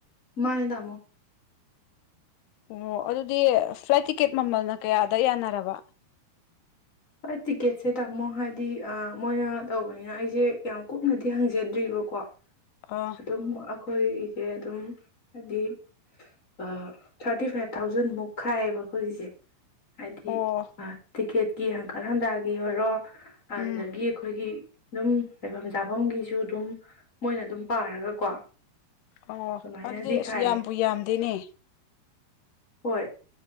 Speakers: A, on the left (about 20°); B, on the left (about 80°).
A: ꯃꯥꯅꯦ ꯇꯥꯃꯣ
B: ꯑꯣ ꯑꯗꯨꯗꯤ ꯐ꯭ꯂꯥꯏꯠ ꯇꯤꯀꯦꯠ ꯃꯃꯜꯅ ꯀꯌꯥꯗ ꯌꯥꯅꯔꯕ
A: ꯐ꯭ꯂꯥꯏꯠ ꯇꯤꯛꯀꯦꯠꯁꯦ ꯇꯥꯃꯣ ꯍꯥꯏꯗꯤ ꯃꯣꯏꯅ ꯇꯧꯕꯅꯤꯅ ꯑꯩꯁꯦ ꯌꯥꯝ ꯀꯨꯞꯅꯗꯤ ꯍꯪꯖꯗ꯭ꯔꯤꯕꯀꯣ
B: ꯑꯥ
A: ꯑꯗꯨꯝ ꯑꯩꯈꯣꯏꯒꯦ ꯑꯗꯨꯝ ꯍꯥꯏꯗꯤ ꯑꯥ ꯊꯥꯔꯇꯤꯐꯥꯏꯞ ꯊꯥꯎꯖꯟ ꯃꯨꯛ ꯈꯥꯏꯌꯦꯕ ꯑꯩꯈꯣꯏꯒꯤꯁꯦ ꯍꯥꯏꯗꯤ
B: ꯑꯣ
A: ꯑꯥ ꯇꯤꯀꯦꯠ ꯀꯤ ꯍꯪꯀꯠ ꯍꯟꯗꯥꯒꯤ ꯑꯣꯏꯔꯣ ꯑꯗꯨꯗꯒꯤ
B: ꯎꯝ
A: ꯑꯩꯈꯣꯏꯒꯤ ꯑꯗꯨꯝ ꯂꯩꯐꯝ ꯆꯥꯐꯝꯒꯤꯁꯨ ꯑꯗꯨꯝ ꯃꯣꯏꯅ ꯑꯗꯨꯝ ꯄꯥꯔꯒꯀꯣ
B: ꯑꯣ
A: ꯑꯗꯨꯃꯥꯏꯅꯗꯤ
B: ꯑꯗꯨꯗꯤ
A: ꯈꯥꯏꯌꯦ
B: ꯑꯁ ꯌꯥꯝꯕꯨ ꯌꯥꯝꯗꯦꯅꯦ
A: ꯍꯣꯏ